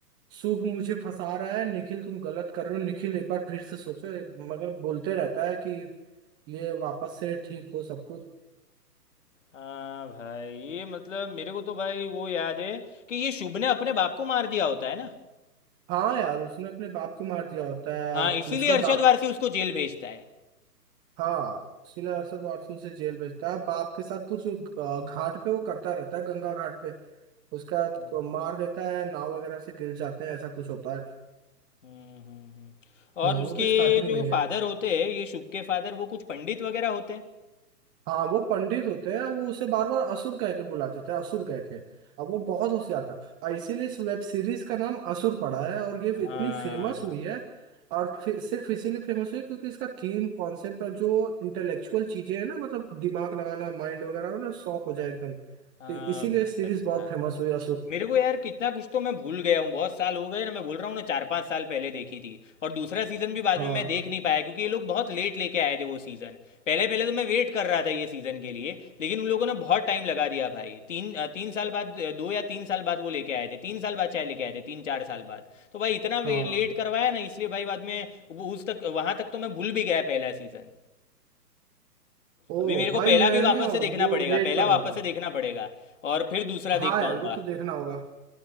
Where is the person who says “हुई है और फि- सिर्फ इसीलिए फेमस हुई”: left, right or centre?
Right